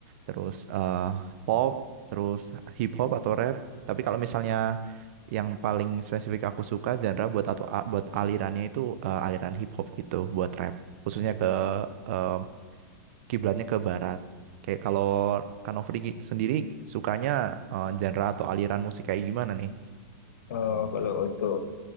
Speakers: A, on the right; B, on the left.
A: Terus eh, pop, terus hip hop atau rap. Tapi kalau misalnya yang paling spesifik aku suka genre buat atau a- buat alirannya itu eh, aliran hip hop gitu buat rap khususnya ke eh, kiblatnya ke barat kayak kalau Kanofri sendiri sukanya eh, genre atau aliran musik kayak gimana nih
B: Eh, kalau untuk